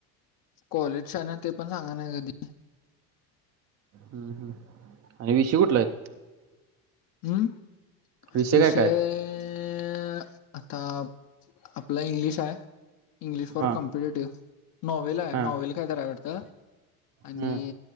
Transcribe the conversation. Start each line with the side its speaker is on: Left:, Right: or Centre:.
Left: कॉलेजचां आहे नां ते पणं सांगा नां कधीं
Right: हम्मं आणि विषू ऊठलां आहेतं
Left: हम्मं
Right: विषय
Left: विषयं
Right: काय काय आहेत?
Left: आतां आपल्यां इंग्लिश आहे इंग्लिश फॉर
Right: हां
Left: कॉम्पिटटिव्हं नॉवल आहे
Right: हां
Left: नॉवल कायं करां वाटंत आणि
Right: हं